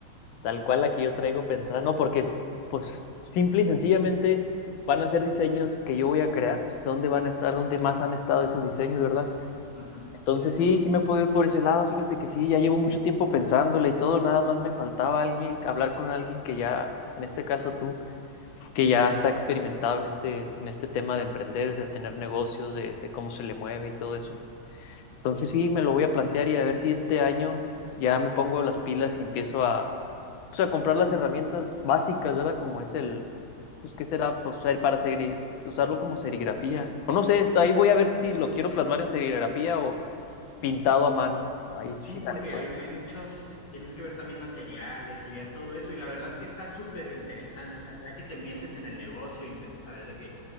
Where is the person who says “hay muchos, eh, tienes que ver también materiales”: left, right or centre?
Left